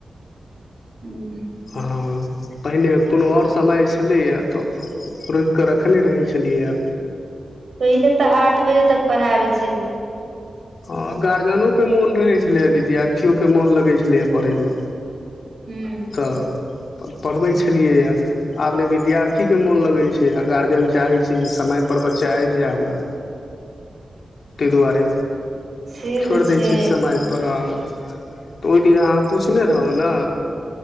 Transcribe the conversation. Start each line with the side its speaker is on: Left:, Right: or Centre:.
Right: हूँ।
Left: हँ पहिने कोनो और समय छलैया तऽ। रोइकि कऽ रखने रहै छलियै है।
Right: पहिले तऽ आठ बजे तक पढ़ाबै छलियै।
Left: हँ गार्जिनयो के मोन रहै छलै, आ विद्यार्थियों के मोन लगै छलैए पढ़यमें।
Right: हूं।
Left: त पढ़बे छलिय, आब ने विद्यार्थी के मन लगे छै, गार्जिय चाहै छै जे समय पर बच्चा आबि जाइ हमरा, तै दुआरे
Right: से
Left: छोड़ि
Right: तऽ छै
Left: दै छियै समय प र हं तऽ ओहि दिन अहाँ पुछने रहू ने।